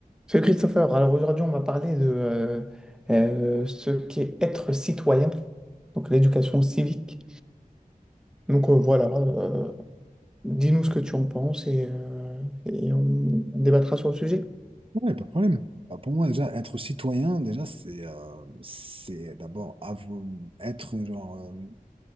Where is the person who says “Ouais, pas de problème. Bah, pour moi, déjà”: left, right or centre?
Right